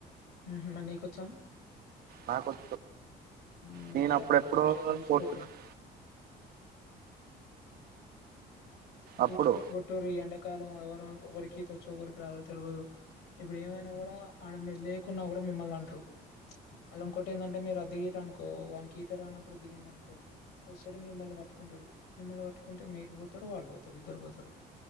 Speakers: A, on the left; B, on the right.
A: ఉ హు మరి నీకొచ్చా
B: నాకొం
A: హ్మ్.
B: నేను
A: అదే
B: అప్పుడెప్పుడో
A: మరి మంచిగా జూసుకోర్రి.
B: పోతున్నాను
A: చూసుకొని
B: అప్పుడు
A: కొట్టరు ఈ ఎండాకాలం ఎవరికి ఈత వచ్చో ఎవరికి రాదో తెలవదు ఇప్పుడు ఏమైనా కూడా ఆడ మీరు లేకున్నా కూడా మిమ్మల్ని అంటరు మళ్ళ ఇంకోటి ఏందంటే మీరు అది దిగిర్రు అనుకో వానికి ఈత రానప్పుడు దిగిండు అనుకో వస్తడు మిమ్మల్ని పట్టుకుంటడు మిమ్మల్ని పట్టుకుంటే మీరు పోతరు వాడడు పోతడు తర్ ఇద్దరు పోతరు